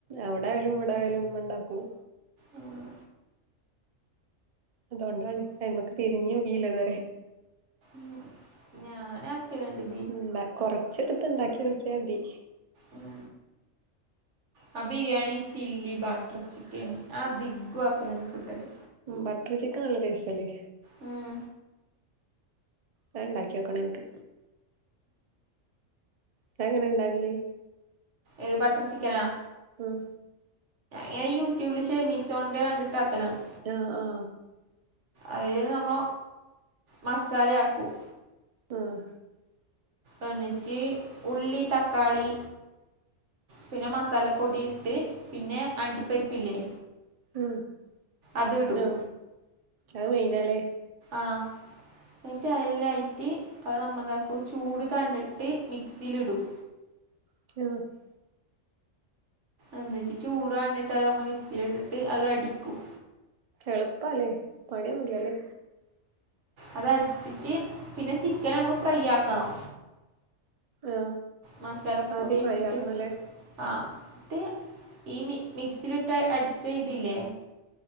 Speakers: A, on the right (about 50°); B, on the right (about 65°).
A: അവിടയാലും ഇവിടെ ആയാലും ഉമ്മ ഇണ്ടാക്കും.
B: ആഹ്
A: അതോണ്ടാണ് അയ്മക്ക് തിരിഞ്ഞു നോക്കിയില്ലേതുവരെ
B: മ് ഞാനാക്കല്ണ്ട്.
A: ഉം ഇണ്ടാ കൊർച്ചെടുത്ത് ഇണ്ടാക്കി നോക്കിയാതി
B: ഉം ആഹ് ബിരിയാണി ചില്ലി ബട്ടർ ചിക്കന് ആധികോം ആക്കലുണ്ട് ഫുഡൊക്
A: ബട്ടർ ചിക്കൻ നല്ല ടേസ്റ്റ് അല്ലേ.
B: ഉം
A: ഞാണ്ടാക്കി നോക്കണംൻക്ക് അത് എങ്ങനെ ഇണ്ടാക്കല്
B: ഏത് ബട്ടർ സിക്കനാ?
A: ഉം
B: ഞാ യൂട്യൂബില് ഷെമീസോണിന്റെ കണ്ട്ട്ടാക്കലാണ്
A: ആഹ് ആഹ്.
B: അഹ് നമ്മ മസാലയാക്കും
A: ആഹ്.
B: ഇന്നിട്ട് ഉള്ളി തക്കാളി പിന്നെ മസാലപ്പൊടി ഇട്ട് പിന്നെ അണ്ടിപ്പരിപ്പില്ലേ?
A: ഉ
B: അത് ഇടും
A: ആ അത് മെയ്ന്നാലേ
B: ആഹ്. ന്നിട്ട് അയ്ലായിട്ട് അത് നമ്മന്താക്കും ചൂട് തണ്ണിട്ട് മിക്സിയിലിടും
A: <unintelligible>
B: ഒന്നിച്ച് ചൂട് വാൻണ്ടിട്ട് അത് നമ്മൾ മിക്സിയില ഇട്ടിട്ട് അത് അടിക്കും
A: എളുപ്പല്ലേ പണിയൊന്നുല്ലല്ലേ
B: അതടിച്ചിട്ട് പിന്നെ ചിക്കൻ നമ്മ ഫ്രൈയാക്കണം
A: ആഹ്.
B: മസാല പൊടി
A: ആദ്യം
B: എല്ലെം
A: ഫ്രൈ
B: ഇട്‌ട്ട്.
A: ആക്കണല്ലേ
B: ആ ട്ടേ ഈ മിക്സിയിലിട്ട് അടിച്ച ഇതില്ലേ